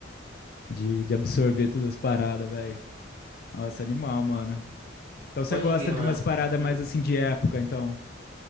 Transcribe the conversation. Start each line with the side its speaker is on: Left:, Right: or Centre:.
Left: de, de absorver todas as paradas, velho. Nossa, animal, mano. Então você
Right: Pode
Left: gosta
Right: crer,
Left: de
Right: mano.
Left: umas paradas
Right: Hum.
Left: mais assim de época, então.